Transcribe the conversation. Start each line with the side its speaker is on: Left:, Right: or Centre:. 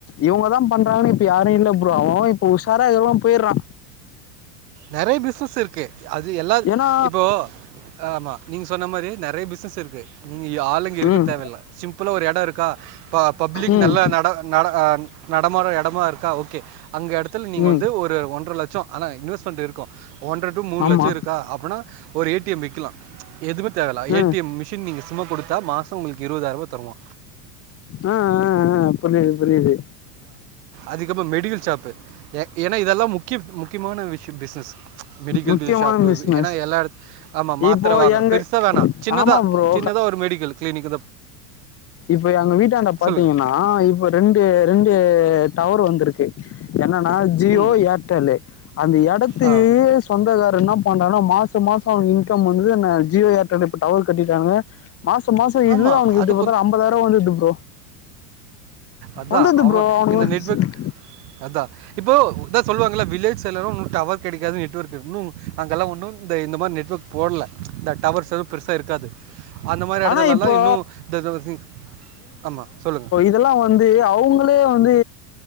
Left: இவங்கதா பண்றாங்கு இப்ப யாரும் இல்ல ஃப்ரோ அவ ‌அவ உசாரா இருக்குறவ எல்லா போய்யிறா
Right: நெறைய பிஸ்னஸ் இருக்கு அது எல்லா
Left: ஏன்னா
Right: இப்போ ஆ ஆமாம் நீங்க சொன்ன மாறி நெறைய பிஸ்னஸ் இருக்கு நீங்க ஆளுங்க இருக்க
Left: ம்
Right: தேவையில்ல சிம்பிளா ஒரு எட இருக்கா பப்ளிக்
Left: ம்
Right: நல்ல நட நட நடமாற எடமா இருக்கா ஓகே அங்க எடத்துல நீங்க
Left: ம்
Right: வந்து ஒரு ஒன்றர லட்சம் ஆன இன்வெஸ்ட்மென்ட் இருக்கும் ஒன்ற உண்ட மூணு
Left: ஆமா
Right: லட்சம் இருக்கா அப்பன்னா ஒரு ஏ டி எம் வைக்கலா எதுவுமே தேவயில்ல ஏ
Left: ம்
Right: டி எம் மிஷின் நீங்க சும்மா குடுத்தா மாச உங்களுக்கு இருபதாயிர தருவா
Left: ஆ ஆ ஆ புரியுது புரியுது
Right: அதுக்கப்பற மெடிக்கல் ஷாப் ஏன்னா இதெல்லா முக்கிய முக்கியமான விஷய பிசினஸ் மெடிக்கல்
Left: முக்கியமான
Right: ஷாப்பு பில் ஷாப்
Left: பிசினஸ்
Right: ஏன்னா எல்லா இடத் ஆமா மாத்திர
Left: இப்போ
Right: வாங்குற
Left: எங்க
Right: பெருசா வேணா சின்னதா
Left: ஆமா ப்ரோ
Right: சின்னதா ஒரு மெடிக்கல் கிளினிக்
Left: இப்ப எங்க வீட்டாண்ட பாத்தீங்கன்னா
Right: சொல்லுங்கள்
Left: இப்ப ரெண்டு ரெண்டு டவர் வந்திருக்கு என்னன்னா ஜியோ
Right: ம்
Left: ஏர்டெல்லு அந்த எடத்து
Right: ஆ
Left: சொந்தக்கார என்ன பண்றான்னா மாச மாச அவனுக்கு இன்கம் வந்து ஜியோ ஏர்டெல் இப்ப டவர் கட்டிட்டாங்க மாச மாச இதுவே
Right: ஆமாம்
Left: அவனுக்கு
Right: அது
Left: எப்டி பாத்தாலு அம்பதாயிர ரூபா வந்துட்டு ப்ரோ
Right: அதா
Left: வந்துடுது
Right: அவ
Left: ப்ரோ
Right: இந்த
Left: அவனுக்கு
Right: இந்த நெட் ஒர்க் அதா இப்போ அதா சொல்லுவாங்கள வில்லேஜ் சைட் லா ஒன்னு டவர் கிடைக்காது நெட்வொர்க் ஒன்னு அங்க எல்லா ஒன்னு இந்த இந்த மாரி நெட்வொர்க் போடல இந்த டவர்ஸ் எதுவு பெருசா இருக்காது அந்த மாரி இடத்துலலா
Left: ஆனா இப்போ
Right: இன்னு த ஆமா சொல்லுங்க
Left: இதெல்லா வந்து அவங்களே வந்து